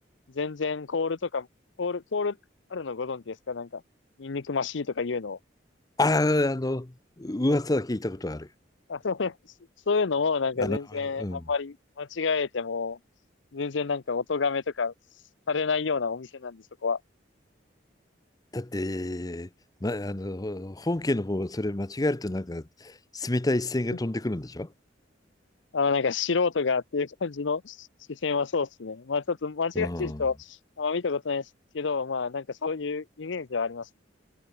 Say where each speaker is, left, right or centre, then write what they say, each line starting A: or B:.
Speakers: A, on the left; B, on the left.
A: 全然コールとかも、コール、コールあるのご存知ですかなんか、ニンニクマシーとか言うの。
B: ああ、あの、噂は聞いたことある。
A: あそうねそういうのもなんか全然あんまり間違えても、
B: あの、うん。
A: 全然なんかお咎めとかされないようなお店なんで、そこは。
B: だって、ま、あの、本家の方はそれ間違えるとなんか、冷たい視線が飛んでくるんでしょ
A: <laughs> あの、なんか素人がっていう感じの視線はそうですね。まあちょっと間違ってる人、
B: うん。
A: あんま見たことないですけど、まあなんかそういうイメージはありますね。